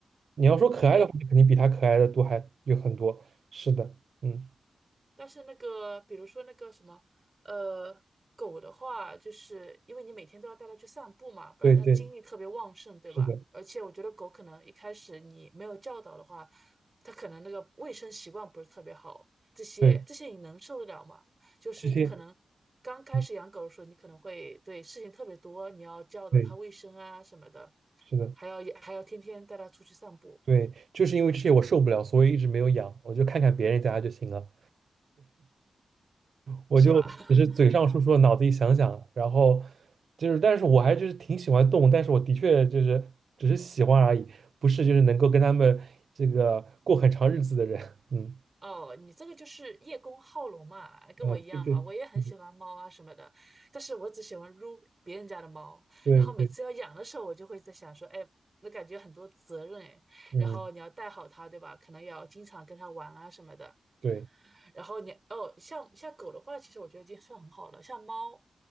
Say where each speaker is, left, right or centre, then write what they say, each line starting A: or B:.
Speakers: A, on the right (about 60°); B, on the right (about 25°).
A: 你要说可爱的话，
B: 哎
A: 肯定比他可爱的多还有很多。是的，嗯，
B: 但是那个，比如说那个什么，呃，狗的话，就是因为你每天都要带它去散步嘛，不然它精力特别旺盛，
A: 对对，
B: 对吧？
A: 是的，
B: 而且我觉得狗可能一开始你没有教导的话，它可能那个卫生习惯不是特别好，这些这些你能受得了吗？
A: 对，
B: 就是你可能刚开始养狗的时候，
A: 这些，嗯，
B: 你可能会对事情特别多，你要教导它卫生啊什么的，
A: 对，是的。
B: 还要还要天天带它出去散步，
A: 对，就是因为这些我受不了，所以一直没有养，我就看看别人家就行了，我就只是嘴上说说，
B: 是吧？<laughs>
A: 脑子里想想，然后就是，但是我还就是挺喜欢动物，但是我的确就是只是喜欢而已，不是就是能够跟他们这个过很长日子的人，<laughs> 嗯，
B: 哦，你这个就是叶公好龙嘛，跟我一样嘛，
A: 呃，对对，
B: 我也很喜欢猫啊什么的，
A: 嗯
B: 但是我只喜欢撸别人家的猫，
A: 对对，
B: 然后每次要养的时候，我就会在想说，哎，那感觉很多责任哎，
A: 嗯，
B: 然后你要带好它，对吧？可能要经常跟它玩啊什么的，
A: 对
B: 然后你哦，像像狗的话，其实我觉得已经算很好了。像猫，